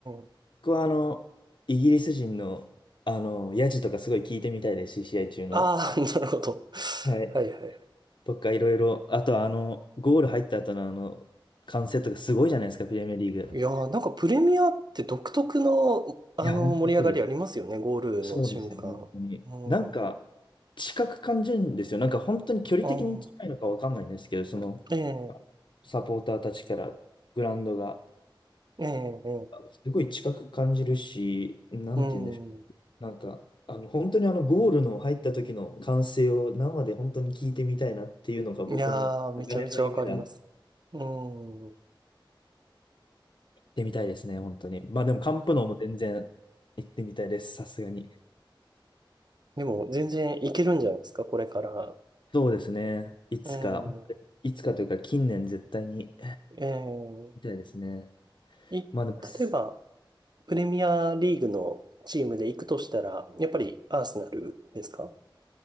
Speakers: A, on the right (about 55°); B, on the left (about 65°).
A: ええ
B: 僕はあの、イギリス人の、あの、ヤジとかすごい聞いてみたいですし、試合中の。
A: ああー、<laughs> なるほど。
B: はい。
A: はいはいはい。
B: とか、いろいろ、あとはあの、ゴール入った後のあの、歓声とかすごいじゃないですか、プレミアリーグ。
A: いやー、なんかプレミアって独特の、あの、
B: いや、本当そうです。
A: 盛り上がりありますよね、ゴールの瞬間。
B: そうですよ、本当に。
A: う
B: なんか、
A: ん。
B: 近く感じるんですよ。なんか、本当に距離的に近いのかわかんないんですけど、
A: ああ、
B: その、
A: ええ、
B: サポーターたちからグラウンドが、
A: ええ、ええ。
B: すごい近く感じるし、なんて言うんでしょ
A: うん。
B: う。なんか、あの、本当にあの、ゴールの入った時の歓声を生で本当に聞いてみたいなっていうのが僕の長年の夢である。
A: いやー、めちゃめちゃわかります。
B: 行
A: うん。
B: ってみたいですね、本当に。まあでも、カンプノーも全然行ってみたいです、さすがに。
A: でも、全然いけるんじゃないですか、これから。
B: そうですね。いつか、
A: うん。
B: いつかというか、近年絶対に。
A: ええ。
B: みたいですね。
A: い、
B: まあでも、す
A: 例えば、プレミアリーグのチームで行くとしたら、やっぱりアーセナルですか